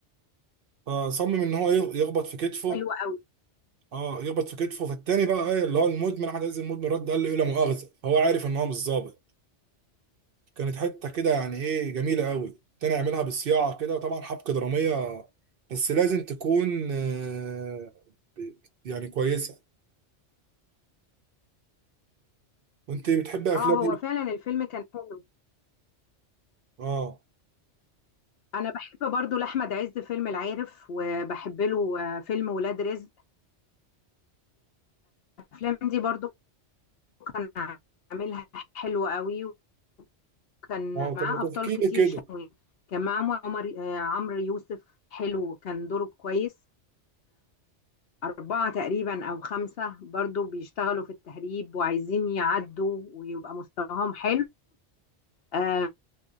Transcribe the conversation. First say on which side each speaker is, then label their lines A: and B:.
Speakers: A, on the right; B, on the left.
A: فصمم ان هو يغ- يخبط في كتفه
B: ده حلو قوي
A: اه يخبط في كتفه فالتاني بقى ايه اللي هو المدمن احمد عز المدمن رد قال له ايه لا مؤاخذه فهو عارف ان هو مش ظابط كانت حته كده يعني ايه جميله قوي تاني اعملها بالصياعه كده طبعا حبكه دراميه بس لازم تكون آه، يعني كويسه وانت بتحب افلام
B: اه
A: ايه
B: هو فعلا الفيلم كان حلو
A: اه
B: انا بحب برضو لاحمد عز فيلم العارف وبحب له آه، فيلم ولاد رزق الافلام دي برضو كان عاملها حلوة قوي وكان
A: اه طب
B: معاه
A: ما
B: أبطال
A: تحكي
B: كتير
A: لي كده
B: شوي كان معاه عمر عمر- آه، عمرو يوسف حلو كان دوره كويس أربعة تقريبا أو خمسة برضو بيشتغلوا في التهريب وعايزين يعدوا ويبقى مستواهم حلو آه